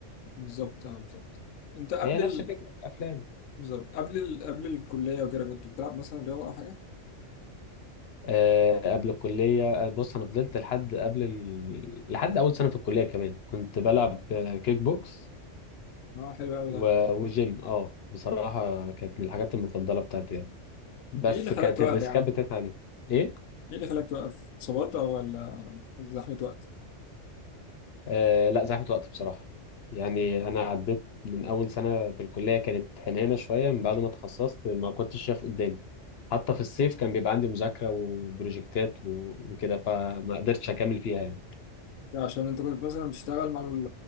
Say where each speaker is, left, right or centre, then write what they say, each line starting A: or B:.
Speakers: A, on the left (about 90°); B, on the left (about 60°).
A: بالظبط آه، بالظبط انت قبل
B: هي نفس
A: ال...
B: فكرة الأفلام
A: بالظبط قبل ال... قبل الكلية وكده كنت بتلعب مثلا رياضة أو حاجة؟
B: أه قبل الكلية آه، بص أنا فضلت لحد قبل ال... لحد أول سنة في الكلية كمان كنت بلعب آه، كيك بوكس
A: اه حلو أوي
B: و...
A: ده
B: وجيم اه بصراحة كانت من الحاجات المفضلة بتاعتي يعني بس
A: ايه اللي خلاك
B: كانت
A: توقف
B: الريسكات
A: يا عم؟
B: بتاعتي عليه إيه؟
A: ايه اللي خلاك توقف؟ صبرت أو ولا زحمة وقت؟
B: آه لا زحمة وقت بصراحة يعني أنا عديت من أول سنة في الكلية كانت حنانة شوية من بعد ما اتخصصت ما كنتش شايف قدامي حتى في الصيف كان بيبقى عندي مذاكرة وبروجكتات و- وكده فما قدرتش أكمل فيها يعني
A: ده عشان انت كنت مثلا بتشتغل مع ال...